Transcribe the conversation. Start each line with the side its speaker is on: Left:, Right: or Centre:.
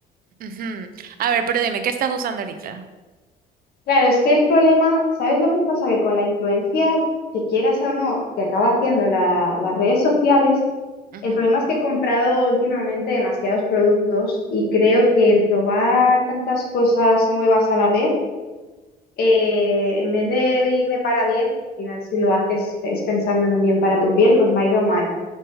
Right: Ujú. A ver, pero dime, ¿qué estás usando ahorita?
Left: Claro, es que el problema, ¿sabes lo que pasa? Que con la influencia que quieras o no, te acaba haciendo la- las redes sociales,
Right: Ujú.
Left: el problema es que he comprado últimamente demasiados productos y creo que el probar tantas cosas nuevas a la vez eh, en vez de irme para bien, al final si lo haces es pensando en un bien para tu piel, pues me ha ido mal.